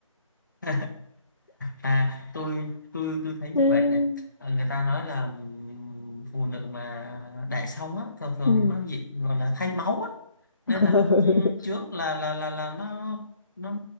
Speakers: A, on the left (about 35°); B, on the left (about 60°).
A: <laughs> à tôi tôi tôi thấy như
B: Ừ.
A: vậy nè Ờ, người ta nói là ừm, phụ nữ mà đẻ xong á thường thường
B: Ừ.
A: nó gì gọi là thay máu á nên
B: <laughs>
A: là lúc ừm, trước là là là là nó nó